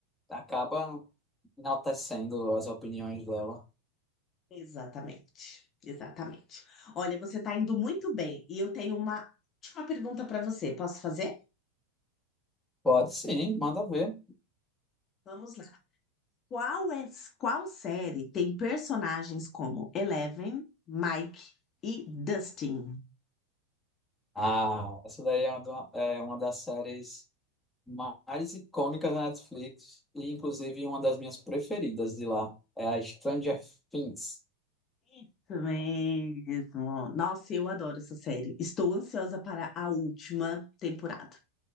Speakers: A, in the centre; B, on the left.
A: acaba enaltecendo as opiniões dela.
B: Exatamente, exatamente. Olha, você está indo muito bem e eu tenho uma última pergunta para você. Posso fazer?
A: Pode sim, manda ver.
B: Vamos lá. Qual é, qual série tem personagens como Eleven, Mike e Dustin?
A: Ah, essa daí é uma, do- é uma das séries mais icônicas da Netflix e, inclusive, uma das minhas preferidas de lá. É a Stranger Things.
B: Isso mesmo. Nossa, eu adoro essa série. Estou ansiosa para a última temporada.